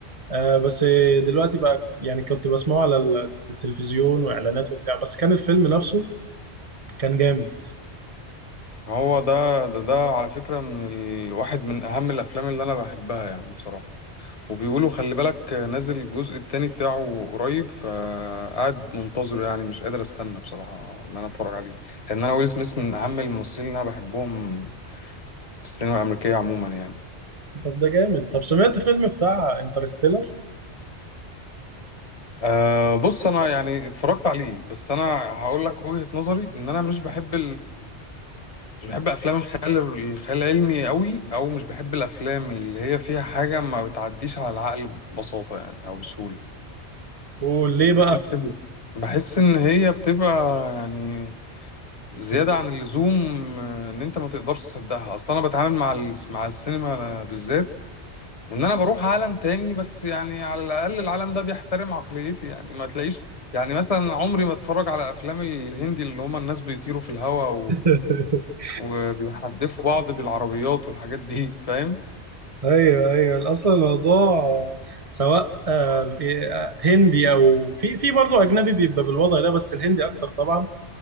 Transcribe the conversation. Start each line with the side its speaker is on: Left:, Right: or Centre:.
Right: آه بس دلوقتي بقى يعني كنت بسمعه على التلفزيون واعلانات وبتاع بس كان الفيلم نفسه كان جامد
Left: ما هو ده ده ده على فكرة من ال... واحد من أهم الأفلام اللي أنا بحبها يعني بصراحة وبيقولوا خلي بالك نازل الجزء التاني بتاعه قريب فقاعد منتظره يعني مش قادر أستنى بصراحة إن أنا أتفرج عليه لأن أنا ويل سميث من أهم الممثلين اللي أنا بحبهم في السينما الأمريكية عموما يعني
Right: طب ده جامد طب سمعت فيلم بتاع انترستيلر
Left: أه بص أنا يعني اتفرجت عليه بس أنا هقول لك وجهة نظري إن أنا مش بحب مش بحب افلام الخيال الخيال العلمي قوي او مش بحب الافلام اللي هي فيها حاجه ما بتعديش على العقل ببساطه يعني او بسهوله
Right: قول ليه
Left: بحس
Right: بقى
Left: بحس ان هي بتبقى يعني زياده عن اللزوم آه، ان انت ما تقدرش تصدقها اصلا انا بتعامل مع ال- مع السينما بالذات ان انا بروح عالم تاني بس يعني على الاقل العالم ده بيحترم عقليتي يعني ما تلاقيش يعني مثلا عمري ما اتفرج على افلام الهندي اللي هما الناس بيطيروا في الهواء
Right: <laughs>
Left: وبيحدفوا بعض بالعربيات والحاجات دي فاهم
Right: ايوه ايوه اصلا الموضوع آه، سواء آه، إيه، آه، هندي او في في برضه اجنبي بيبقى بالوضع ده بس الهندي اكتر طبعا